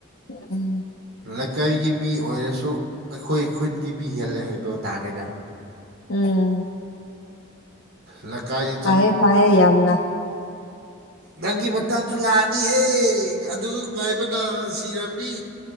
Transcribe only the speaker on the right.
ꯂꯩꯀꯥꯏꯒꯤ ꯃꯤ ꯑꯣꯏꯔꯁꯨ ꯑꯩꯈꯣꯏ ꯈꯨꯟꯒꯤ ꯃꯤ ꯍꯦꯜꯂꯦ ꯍꯥꯏꯕ ꯇꯥꯔꯦꯅ
ꯂꯀꯥꯏ
ꯅꯪꯒꯤ ꯃꯇꯝꯁꯨ ꯂꯥꯛꯑꯅꯤꯍꯦ ꯑꯗꯨ ꯉꯥꯏꯕꯅ ꯁꯤꯔꯝꯅꯤ